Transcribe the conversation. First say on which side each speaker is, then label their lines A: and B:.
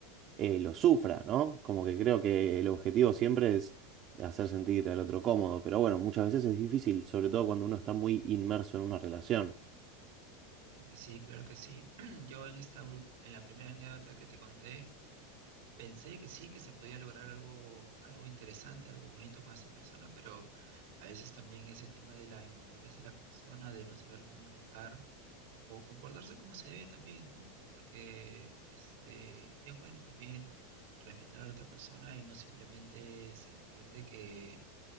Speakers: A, on the right; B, on the right.
A: eh, lo sufra, ¿no? Como que creo que el objetivo siempre es hacer sentir al otro cómodo, pero bueno, muchas veces es difícil, sobre todo cuando uno está muy inmerso en una relación.
B: Creo que sí, claro que sí. <clears throat> Yo en esta, ul- en la primera anécdota que te conté, Pensé que sí, que se podía lograr algo, algo interesante, algo bonito con esa persona, pero a veces también ese tema de la inmadurez de la persona, de no saber comunicar o comportarse como se debe también, ¿no? Porque este, es bueno también respetar a la otra persona y no simplemente sentir de que